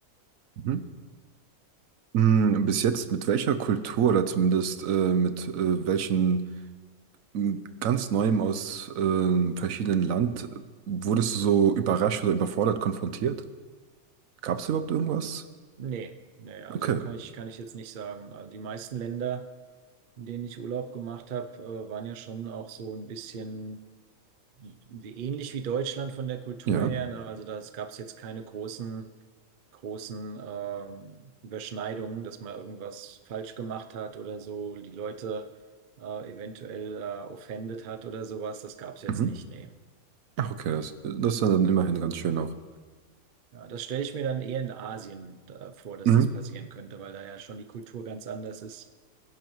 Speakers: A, on the right; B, on the right.
A: Mhm. Hm, Bis jetzt mit welcher Kultur oder zumindest äh, mit äh, welchen... m, ganz Neuem aus ähm, verschiedenen Land, wurdest du so überrascht oder überfordert konfrontiert? Gab es überhaupt irgendwas?
B: Nee, nee, also
A: Okay,
B: kann ich, kann ich jetzt nicht sagen. Also die meisten Länder. in denen ich Urlaub gemacht habe, äh, waren ja schon auch so ein bisschen wie, ähnlich wie Deutschland von der Kultur
A: ja.
B: her. Ne? Also da gab es jetzt keine großen, großen ähm, Überschneidungen, dass man irgendwas falsch gemacht hat oder so, die Leute äh, eventuell äh, offendet hat oder sowas. Das gab es jetzt
A: Mhm.
B: nicht, nee.
A: Ach, okay, das, das war dann immerhin ganz schön auch.
B: Ja, das stelle ich mir dann eher in Asien äh, vor, dass
A: Mhm.
B: das passieren könnte, weil da ja schon die Kultur ganz anders ist,